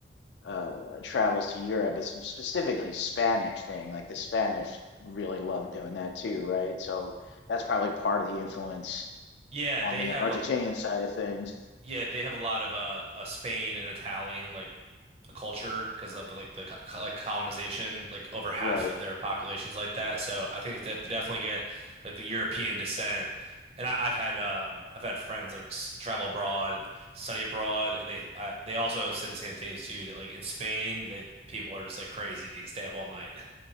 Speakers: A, on the left; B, on the right.
A: uh travels to Europe, it's a specifically Spanish thing. Like the Spanish really love doing that too, right? So that's probably part of the influence
B: Yeah,
A: on
B: they
A: the
B: have
A: Argentinian
B: a,
A: side of things.
B: yeah, they have a lot of uh, uh Spain and Italian like a culture because of like the co co- like colonization, like over half
A: Right.
B: of their population's like that. So I think they they definitely get like the European descent. And I, I've had um I've had friends like s- travel abroad and study abroad, and they I, they also said the same thing as you that like in Spain they people are just like crazy and stay up all night.